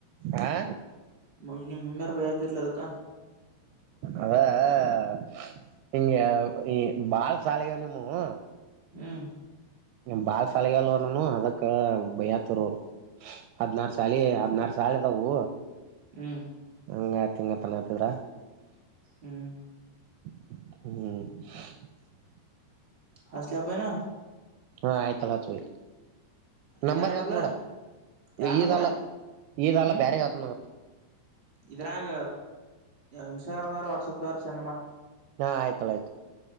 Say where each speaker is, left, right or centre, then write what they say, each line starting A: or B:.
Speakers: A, on the right (about 80°); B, on the right (about 15°).
A: ಹಾ
B: ಮ ನಿಮ್ ಮಮ್ಮಿಯಾರ ಬೈಯಯ್ತಿರ್ಲ ಅದಕ್ಕ
A: ಅದ ಆ ಆ ಹಂಗ ಈ ಬಾಳ ಸಾಲಿಗ ನಿಮವು
B: ಹ್ಮ್
A: ನಿಮ್ ಬಾಳ್ ಸಾಲಿಗೆ ಅಲ್ವ ನಾನ ಅದಕ್ ಭೈ ಹತರು ಅವ್ರು ಹದ್ನಾರ ಸಾಲಿ ಹದ್ನಾರ ಶಾಲೆದವು
B: ಹ್ಮ್
A: ಹಂಗ ತಿಂಗ ತನತಿದ್ರ
B: ಹ್ಮ್
A: ಹ್ಮ್
B: ಹಸ್ಟಲೆ <unintelligible>
A: ಹಾ ಆಯ್ತಲ್ಲ ಹಚ್ ಬೈಯಿ ನಂಬರ್
B: ಇದ ನಂಬರ್ಲ
A: ಹೇಳ್ತಿನ್ ನೋಡ
B: ಯಾರ್
A: ಈದಲ್ಲ
B: ನಂಬರ್
A: ಈದಲ್ಲ
B: ಹ್ಮ್
A: ಬೇರೆ ಹೇಳ್ತಿನ್ನೋಡ
B: ಇದ್ರಾಗ ಇನ್ಸ್ಟಾಗ್ರಾಮ್ದವ್ರ ವಾಟ್ಸಗದ್ರ ಸೆಂಡ್ ಮಾಡ
A: ಹಾ ಆಯ್ತಲ್ಲ ಆಯ್ತು